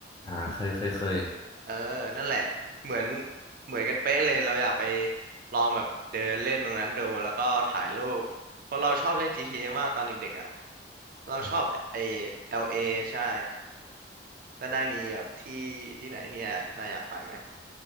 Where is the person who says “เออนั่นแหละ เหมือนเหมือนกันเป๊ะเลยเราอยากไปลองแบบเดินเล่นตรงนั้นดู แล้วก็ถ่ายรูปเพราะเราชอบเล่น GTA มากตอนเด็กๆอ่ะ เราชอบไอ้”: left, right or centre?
Right